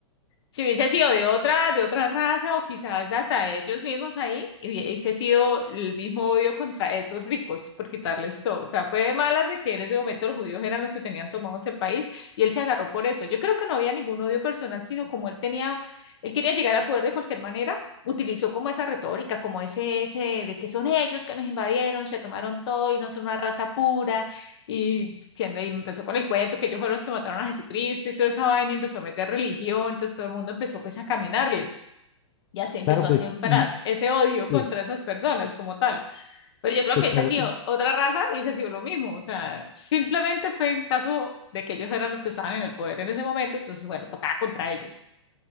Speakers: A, on the left; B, on the left.
A: si hubiese sido de otra, de otra raza o quizás hasta ellos mismos ahí, y hubiese sido el mismo odio contra esos ricos por quitarles todo. O sea, fue de malas de que en ese momento los judíos eran los que tenían tomados el país y él se agarró por eso. Yo creo que no había ningún odio personal, sino como él tenía, él quería llegar al poder de cualquier manera, utilizó como esa retórica, como ese, ese de que son ellos que nos invadieron y se tomaron todo y no son una raza pura y, siendo, y empezó con el cuento que ellos fueron los que mataron a Jesucristo y toda esa vaina y empezó a meter religión, entonces todo el mundo empezó pues a caminarle y así empezó
B: claro,
A: a
B: pues,
A: sembrar
B: y
A: ese odio
B: pues,
A: contra esas personas como tal. Pero yo creo
B: pues
A: que hubiese
B: claro,
A: sido otra raza, hubiese sido lo mismo, o sea, simplemente fue en caso de que ellos eran los que estaban en el poder en ese momento, entonces bueno, tocaba contra ellos.